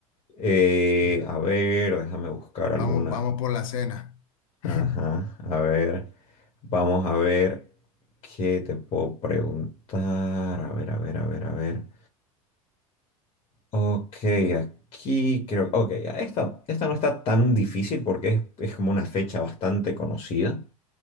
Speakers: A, on the left; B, on the left.
A: Eh,
B: Ya.
A: a ver, déjame buscar
B: Vamos,
A: alguna
B: vamos por la cena.
A: Ajá,
B: <laughs>
A: a ver, vamos a ver qué te puedo preguntar. A ver, a ver, a ver, a ver. Ok, aquí creo, ok, ya, esta, esta no está tan difícil porque es, es como una fecha bastante conocida.